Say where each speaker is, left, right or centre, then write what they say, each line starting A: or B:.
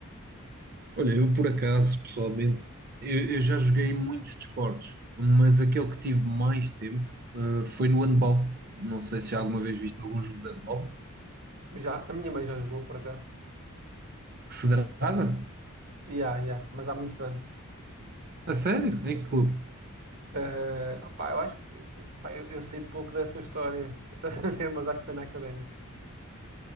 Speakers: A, on the right; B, on the right.
A: Olha, eu por acaso, pessoalmente, eu, eu já joguei muitos desportos, mas aquele que tive mais tempo, ah, foi no handball. Não sei
B: Ok.
A: se já alguma vez viste algum jogo de handball.
B: Já, a minha mãe já jogou por acaso.
A: Federada?
B: Já, já, mas há muitos anos.
A: A sério? Em que clube?
B: Eh, opá, eu acho que, epá, eu, eu sei pouco dessa história, <laughs> estás a ver, mas acho que foi na académica.